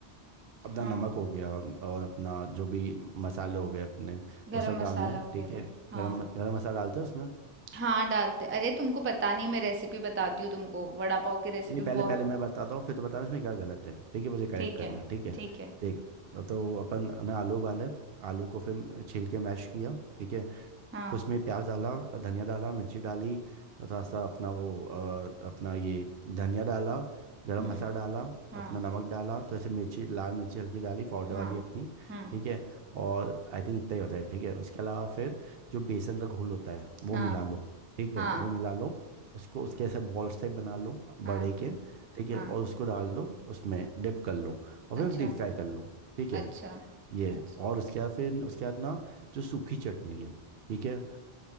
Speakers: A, on the right (about 65°); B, on the right (about 20°).
A: अपना
B: हाँ,
A: नमक हो गया और अपना जो भी मसाले हो गए अपने
B: गरम
A: वो सब डालना
B: मसाला
A: है
B: वगैरह,
A: ठीक है
B: हाँ।
A: गरम गरम मसाला डालते हैं उसमें
B: हाँ, डालते अरे तुमको पता नहीं मैं रेसिपी बताती हूँ तुमको, वड़ा पाव की रेसिपी
A: नहीं पहले
B: बहुत
A: पहले मैं बताता हूँ फिर तो बताना इसमें क्या गलत है ठीक है मुझे करेक्ट
B: ठीक
A: करना
B: है,
A: ठीक है
B: ठीक है,
A: देख तो अपन ना आलू उबाले आलू को फिर छील के मैश किया ठीक है
B: हाँ,
A: उसमें प्याज डाला धनिया डाला मिर्ची डाली थोड़ा सा अपना वो अ, अपना ये धनिया डाला गरम
B: हुँ,
A: मसाला डाला
B: हाँ,
A: अपना नमक डाला तो ऐसे मिर्ची लाल मिर्ची हल्की डाली पाउडर
B: हाँ,
A: वाली अपनी
B: हुँ,
A: ठीक है और आई थिंक इतना ही होता है ठीक है उसके अलावा फिर जो बेसन का घोल होता है वो
B: हाँ,
A: मिला लो ठीक है
B: हाँ,
A: वो मिला लो उसको उसके ऐसे बॉल्स टाइप बना लो बड़े
B: हाँ,
A: के ठीक है
B: हाँ,
A: और उसको डाल दो उसमें डिप कर लो और फिर
B: अच्छा,
A: डीप फ्राई कर लो ठीक है
B: अच्छा,
A: ये है।
B: अच्छा।
A: और उसके बाद फिर उसके बाद ना जो सूखी चटनी है ठीक है